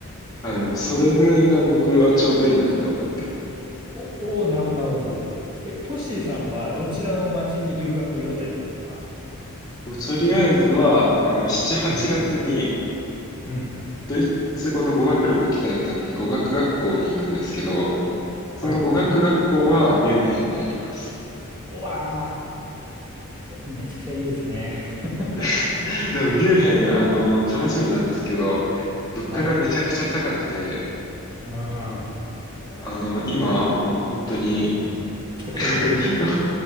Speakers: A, on the left; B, on the right.
A: あ、でもそれぐらいが僕はちょうどいいなって思ってます。
B: お、おお、なるほど、なるほど。え、トッシーさんはどちらの町に留学予定なんですか
A: もうとりあえずは、あの、7、8月に
B: うん、うん、
A: ドイツ語の語学力鍛えるために語学学校に行くんですけど、その語学学校はミュンヘンにあります。
B: はい、うわあ、めちゃくちゃいいですね。<laughs>
A: <laughs> でもミュンヘン、あの、楽しみなんですけど、物価がめちゃくちゃ高くて、
B: はい。うん。も
A: あの、今もう本当に
B: う、高いよね。
A: <laughs>